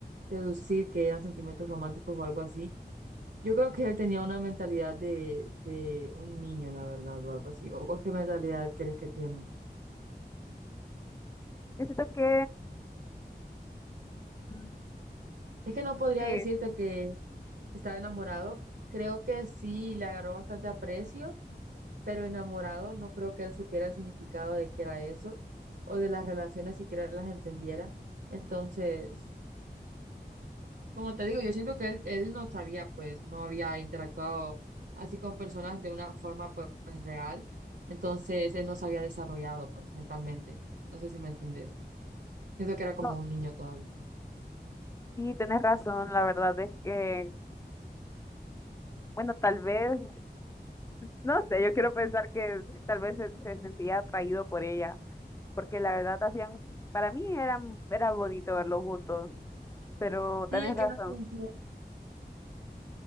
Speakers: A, on the right; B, on the left.
A: deducir que eran sentimientos románticos o algo así. Yo creo que él tenía una mentalidad de, de un niño, la verdad, o algo así. ¿O, o qué mentalidad crees que tiene?
B: Yo siento que, mm,
A: Es que no podría
B: sí.
A: decirte que estaba enamorado. Creo que sí, le agarró bastante aprecio pero enamorado, no creo que él supiera el significado de qué era eso, o de las relaciones siquiera las entendiera. Entonces, como te digo, yo siento que él, él no sabía, pues, no había interactuado así con personas de una forma, pues, real. Entonces, él no se había desarrollado, pues, mentalmente. No sé si me entendés. Siento que era como
B: no,
A: un niño todavía.
B: Sí, tenés razón, la verdad es que, bueno, tal vez, no sé, yo quiero pensar que sí, tal vez se, se sentía atraído por ella, porque la verdad hacían, para mí eran, era bonito verlos juntos, pero
A: Sí,
B: tenés
A: es que
B: razón.
A: eran bien tiernos,